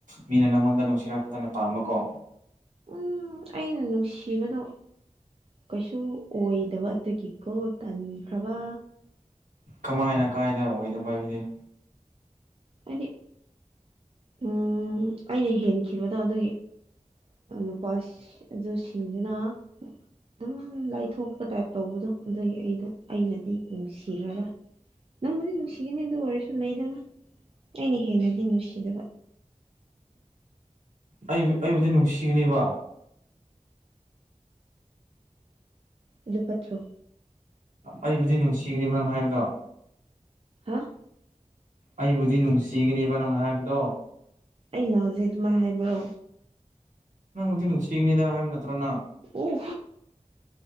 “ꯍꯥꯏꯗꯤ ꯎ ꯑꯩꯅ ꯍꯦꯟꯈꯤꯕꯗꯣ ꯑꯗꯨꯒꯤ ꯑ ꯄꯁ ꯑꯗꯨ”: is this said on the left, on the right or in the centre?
Right